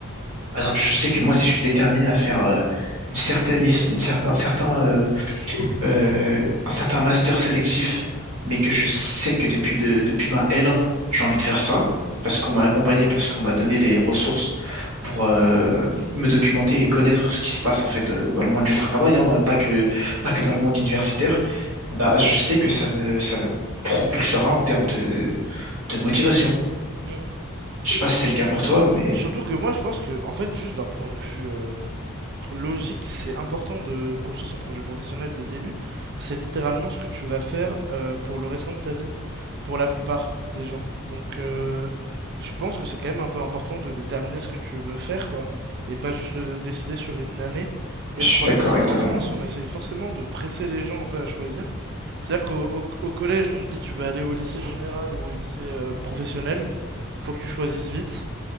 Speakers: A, on the right; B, on the right.
A: Par exemple, je sais que moi, si je suis déterminé à faire euh, une certaine, lic- une certaine, un certain euh, euh, un certain master sélectif, mais que je sais que depuis, de- depuis ma L1, j'ai envie de faire ça, parce qu'on m'a accompagné, parce qu'on m'a donné les ressources pour euh, me documenter et connaître ce qui se passe en fait euh, dans le monde du travail, hein, pas que, pas que dans le monde universitaire, et bah, je sais que ça me, ça me propulsera en termes de, de motivation.
B: Mm.
A: Je sais pas si c'est le cas pour toi, mais
B: Surtout que moi je pense que en fait juste d'un point de vue euh, logique, c'est important de construire son projet professionnel dès le début. C'est littéralement ce que tu vas faire euh, pour le restant de ta vie, pour la plupart des gens. Donc, euh, je pense que c'est quand même un peu important de déterminer ce que tu veux faire, quoi, et pas juste le décider sur une année. Et
A: je
B: le
A: suis
B: problème,
A: d'accord
B: c'est
A: avec
B: qu'en
A: toi.
B: France,
A: hein.
B: on essaye forcément de presser les gens un peu à choisir. C'est-à-dire qu'au au- au collège, on te dit tu vas aller au lycée général ou au lycée euh, professionnel, faut que tu choisisses vite.